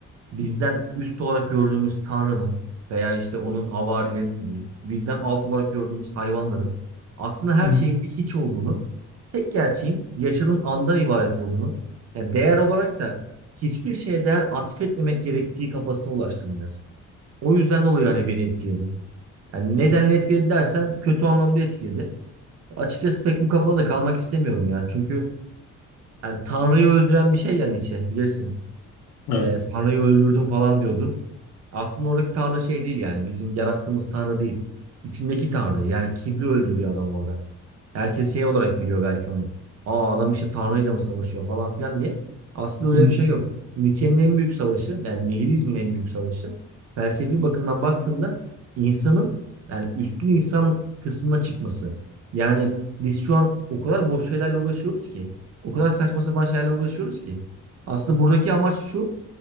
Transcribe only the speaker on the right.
bizden üst olarak gördüğümüz Tanrı'nın veya işte onun havarilerinin diyeyim, bizden alt olarak gördüğümüz hayvanların aslında her
şeyin bir hiç olduğunu, tek gerçeğin yaşadığın andan ibaret olduğunu, yani değer olarak da hiçbir şeye değer atfetmemek gerektiği kafasına ulaştım biraz. O yüzden dolayı hani beni etkiledi. Yani nedenle etkiledi dersen kötü anlamda etkiledi. Açıkçası pek bu kafada kalmak istemiyorum ya. Çünkü yani Tanrı'yı öldüren bir şey ya Nietzsche bilirsin. Ee,
Tanrı'yı öldürdüm falan diyordu. Aslında oradaki tanrı şey değil yani bizim yarattığımız tanrı değil. İçindeki tanrı yani kibri öldürüyor adam orada. Herkes şey olarak biliyor belki onu. Aa adam işte Tanrı'yla mı savaşıyor falan filan diye. Aslında öyle
bir şey yok. Nietzsche'nin en büyük savaşı yani nihilizmin en büyük savaşı felsefi bakımdan baktığında insanın yani üstün insan kısmına çıkması. Yani biz şu an o kadar boş şeylerle uğraşıyoruz ki o kadar saçma sapan şeylerle uğraşıyoruz ki aslında buradaki amaç şu